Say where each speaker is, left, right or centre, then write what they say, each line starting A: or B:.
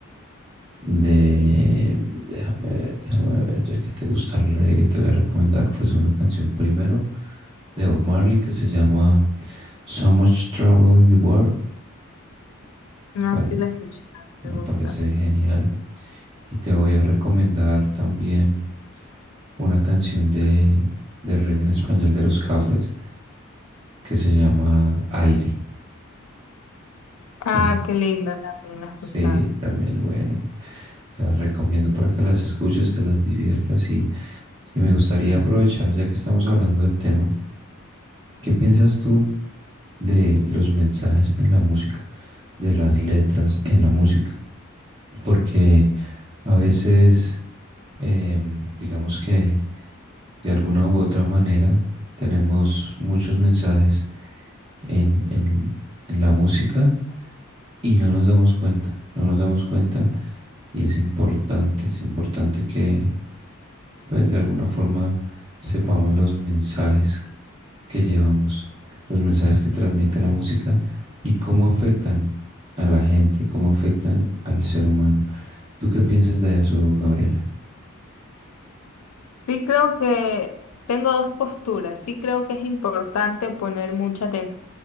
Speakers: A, on the right; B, on the left.
A: de, déjame ver, déjame ver, ya que te gusta el reggae, te voy a recomendar pues una canción primero de Bob Marley que se llama So Much Trouble in the World. Me
B: Ah,
A: pare-
B: sí la he escuchado,
A: me
B: me gusta.
A: parece genial. Y te voy a recomendar también una canción de, de reggae en español de los Cafres que se llama Aire.
B: Ah,
A: No sé
B: qué linda, también la he
A: Sí,
B: escuchado.
A: también, bueno, te las recomiendo para que las escuches, te las diviertas y, y me gustaría aprovechar, ya que estamos hablando del tema, ¿qué piensas tú de los mensajes en la música, de las letras en la música? porque a veces, em, digamos que de alguna u otra manera, tenemos muchos mensajes en, en, en la música y no nos damos cuenta, no nos damos cuenta y es importante, es importante que pues de alguna forma sepamos los mensajes que llevamos, los mensajes que transmite la música y cómo afectan a la gente, cómo afectan al ser humano. ¿Tú qué piensas de eso, Gabriela?
B: Sí creo que tengo dos posturas. Sí creo que es importante poner mucha atención